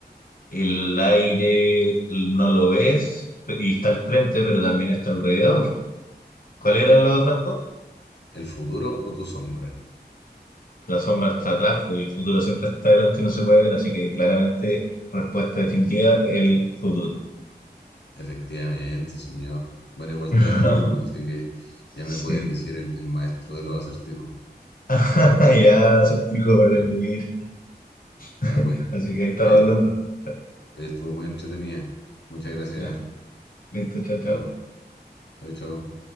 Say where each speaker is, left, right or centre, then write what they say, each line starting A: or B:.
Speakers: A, on the left; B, on the left.
A: El aire no lo ves y está al frente, pero también está alrededor. ¿Cuáles eran las otras dos?
B: El futuro o tu sombra.
A: La sombra está atrás pues, y el futuro siempre está delante y no se puede ver, así que claramente, respuesta definitiva, el futuro.
B: Efectivamente, señor. Bueno, igual
A: <laughs>
B: te gané por uno, así que
A: Sí.
B: ya me puedes decir el, el maestro de los acertijos.
A: <laughs> Ya, acertijo,
B: Sí,
A: me tengo que ir.
B: ya
A: <laughs>
B: pues.
A: Así que ahí estaba
B: Oye,
A: hablando. Cha-
B: oye, estuvo muy entretenida. Muchas gracias.
A: Ya,
B: ¿ah?
A: listo, chao, chao.
B: Chao. Chao, chao.